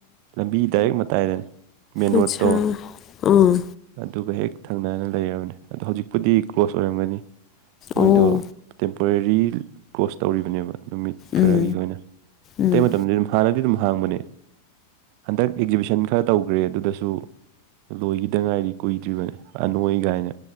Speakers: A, on the right; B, on the left.
A: ꯂꯝꯕꯤ ꯗꯥꯏꯔꯦꯛ ꯃꯇꯥꯏꯗꯅꯤ ꯃꯦꯟ
B: ꯑꯠꯁꯥ
A: ꯔꯣꯠꯇꯣ
B: ꯑꯥ ꯎꯝ
A: ꯑꯗꯨꯒ ꯍꯦꯛ ꯊꯪꯅꯅ ꯂꯩꯔꯕꯅꯤ ꯑꯗꯣ ꯍꯧꯖꯤꯛꯄꯨꯗꯤ ꯀ꯭ꯂꯣꯁ ꯑꯣꯏꯔꯝꯒꯅꯤ ꯃꯣꯏꯗꯣ
B: ꯑꯣ
A: ꯇꯦꯝꯄꯔꯦꯔꯤ ꯀ꯭ꯂꯣꯁ ꯇꯧꯔꯤꯕꯅꯦꯕ ꯅꯨꯃꯤꯠ ꯈꯔꯒꯤ
B: ꯎꯝ
A: ꯑꯣꯏꯅ
B: ꯎꯝ
A: ꯑꯇꯩ ꯃꯇꯝꯗꯤ ꯑꯗꯨꯝ ꯍꯥꯟꯅꯗꯤ ꯑꯗꯨꯝ ꯍꯥꯡꯕꯅꯦ ꯍꯟꯗꯛ ꯑꯦꯛꯖꯤꯕꯤꯁꯟ ꯈꯔ ꯇꯧꯈ꯭ꯔꯦ ꯑꯗꯨꯗꯁꯨ ꯂꯣꯏꯈꯤꯗ ꯉꯥꯏꯗꯤ ꯀꯨꯏꯗ꯭ꯔꯤꯕꯅꯦ ꯑꯅꯣꯏ ꯀꯥꯏꯅ